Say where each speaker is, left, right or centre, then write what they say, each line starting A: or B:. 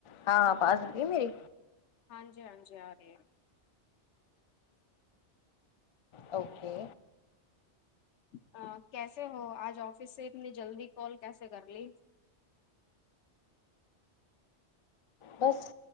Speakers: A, on the left; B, on the left.
A: ہاں آواز آرہی ہے میری
B: ہاں جی ہاں جی آ رہی ہے
A: اوکے
B: ہن کیسے ہو آج آفس سے اتنی جلدی کال کیسے کر لی
A: بس